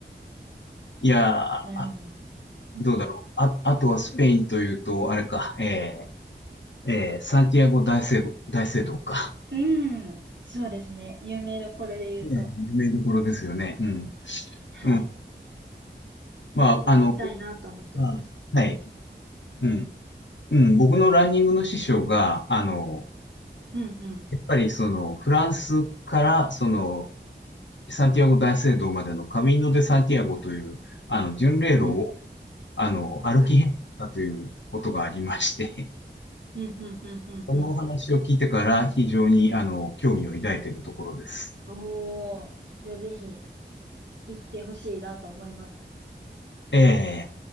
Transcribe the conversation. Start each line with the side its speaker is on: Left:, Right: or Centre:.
Left: いやー、
Right: なるほど。
Left: あ、
Right: うん。
Left: どうだろう。あ、あとはスペインというと、あれか、ええ、ええ、サンティアゴ大聖、大聖堂か。
Right: うん。そうですね。有名どころで言うと。
Left: ええ、有名どころですよね。うん。
Right: はい。
Left: うん。まあ、
Right: は見たいなと思ってます。
Left: あの、あはい。
Right: うん。
Left: うん。うん。僕のランニングの師匠が、あの、
Right: うん、
Left: やっぱりその、フランスから、その、サンティアゴ大聖堂までのカミーノ・デ・サンティアゴという、あの、巡礼路を、
Right: うん。うん、
Left: あの、歩き遍路したということがありまして、
Right: はい。うん、うん、うん、
Left: そのお話を聞いてから非常にあの興味を抱いているところです。
Right: うん、うん。おー。じゃあぜひ行ってほしいなと思います。
Left: ええ